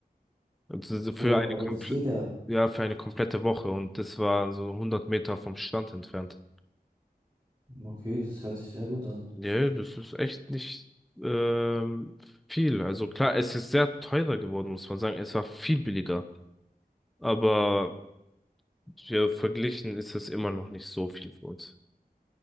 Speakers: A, in the centre; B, on the right.
A: Also für
B: Oh,
A: eine
B: aber
A: komple
B: das geht ja.
A: ja, für eine komplette Woche. Und das war so hundert Meter vom Strand entfernt.
B: Okay, das hört sich sehr gut an.
A: ja das ist echt nicht ähm, viel. Also klar, es ist sehr teurer geworden, muss man sagen. Es war viel billiger. Aber ja, verglichen ist es immer noch nicht so viel für uns.